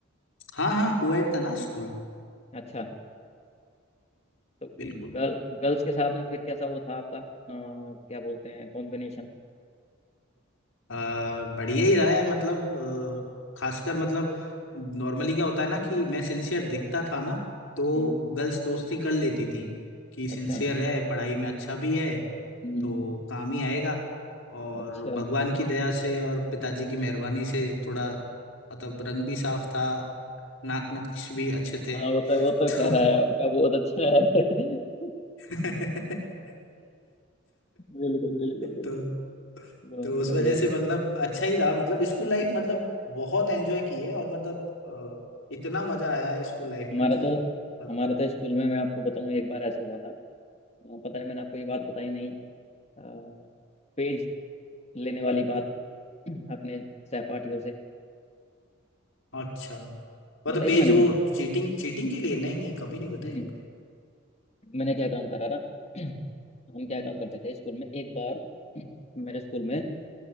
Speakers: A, on the left; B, on the left.
A: हाँ हाँ कोएड था ना स्कूल
B: अच्छा तो
A: बिल्कुल
B: गर्ल गर्ल्स के साथ में फिर कैसा वो था आपका अ, क्या बोलते हैं कॉम्बिनेशन
A: अ, बढ़िया ही रहा है मतलब अ, खासकर मतलब नॉर्मली क्या होता है ना कि मैं सिंसियर दिखता था ना तो
B: हम्म
A: गर्ल्स दोस्ती कर लेती थी कि
B: अच्छा
A: सिंसियर है पढ़ाई में अच्छा भी है
B: हम्म
A: तो काम ही आएगा और
B: अच्छा
A: भगवान
B: <laughs>
A: की दया से और पिताजी की मेहरबानी से थोड़ा मतलब रंग भी साफ था नाक नक्श भी अच्छे थे
B: हाँ
A: <laughs>
B: वो तो वो तो
A: तो
B: खैर है आपका बहुत अच्छा है <laughs>
A: <laughs> तो
B: बिल्कुल बिल्कुल बिल्कुल
A: तो
B: बहुत
A: तो उस
B: बढ़िया
A: वजह से मतलब अच्छा ही रहा मतलब स्कूल
B: हम्म।
A: लाइफ मतलब बहुत एंजॉय की है और मतलब अ, इतना मजा आया है स्कूल लाइफ
B: हमारा
A: में कि
B: तो
A: मतलब
B: हमारा तो स्कूल में मैं आपको बताऊं एक बार ऐसा हुआ था अ, पता नहीं मैंने आपको ये बात बताई नहीं अ, पेज लेने वाली बात अपने सहपाठियों से
A: अच्छा मतलब
B: बताई
A: पेज
B: थी मैंने
A: वो
B: कभी
A: चीटिंग चीटिंग के लिए नहीं नहीं कभी नहीं बताया
B: नहीं नहीं
A: आपने
B: मैंने क्या काम करा ना <clears throat> हम क्या काम करते थे स्कूल में एक बार <clears throat> मेरे स्कूल में